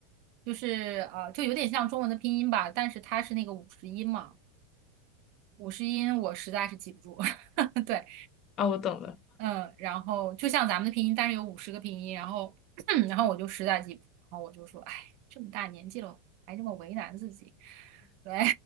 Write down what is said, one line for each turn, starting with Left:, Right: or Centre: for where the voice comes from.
Right: 就是呃，就有点像中文的拼音吧，但是它是那个五十音嘛，五十音我实在是记不住。<laughs> 对，
Left: 啊，我懂了。
Right: 嗯，然后就像咱们的拼音，但是有五十个拼音，然后 <clears throat> 然后我就实在记不住，然后我就说，哎，这么大年纪了，还这么为难自己。对，